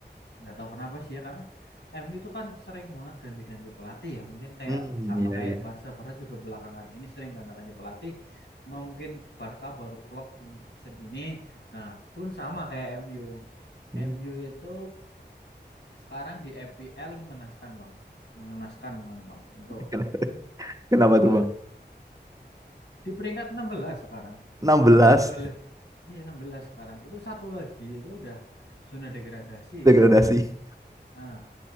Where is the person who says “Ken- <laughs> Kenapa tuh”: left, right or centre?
Right